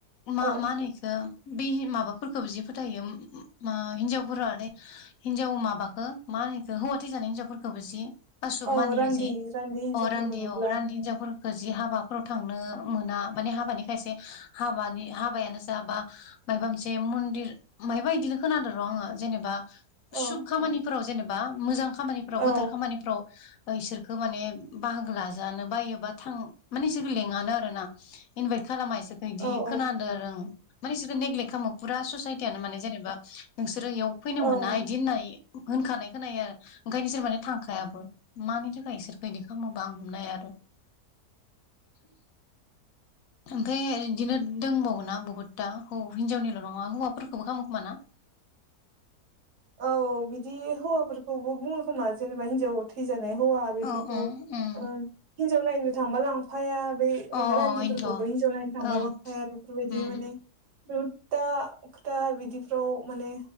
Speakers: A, on the left (about 70°); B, on the right (about 85°).
A: मा
B: औ
A: मा होनो इखो बे माबाफोरखौबो जि फोथायो मा हिनजावफोरालै हिनजाव माबाखौ मा होनो इखो हौवा थैजानाय हिनजावफोरखौबो जि आसुुब
B: औ
A: मानियो
B: रान्दि
A: जि
B: रान्दि हिनजावफोरखौ
A: अ रान्दि
B: नुब्ला
A: अ रान्दि हिन्जावफोरखौ जि हाबाफोराव थांनो मोना माने हाबानि खायसे हाबानि-हाबायानो जा बा मायबा मोनसे मन्दिर मायबा इदिनो खोनादों र आंङो जेनेबा
B: औ
A: सुभ खामानिफोराव जेनेब बा मोजां खामानिफ्राव
B: औ
A: गोथार खामानिफ्राव इसोरखो माने बाहागो लाजानो बायो बा थां माने इसोरखो लिङानो आरो ना इनभाइट खालामा इ इदि
B: औ औ
A: खोनादो आरो आं माने इसोरखो नेगलेक खामो फुरा ससाइटियानो माने जेनेबा रो बेयाव फैनो मोना
B: औ
A: इदि होननाय होनखानाय खोनायो आरो ओंखायनो इसोर माने थांखायाबो मानि थाखाय बिसोरखो इदि खालामोबा आं हमनो हाया आरो ओमफ्राय इदिनो दोंबावोना बुहुद टा हौ-हिनजावनिल नङा हौवाफोरखौबो खामोखोमाना?
B: औ बिदि हौवाफोरखौबो बुङो खोमा जेनेबा हिनजाव थैजा हौवा बेफोरखौ
A: अ अ उम
B: ओ हिजाव नायनो थांबा लां फाया बै
A: अ
B: रान्दिफोरखौबो
A: अ इनोथ'
B: हिनजाव नायनो
A: ओं
B: थांबा लांफाया बेफोरबायदि
A: उम
B: माने रु ता खोथा बिदिफ्राव माने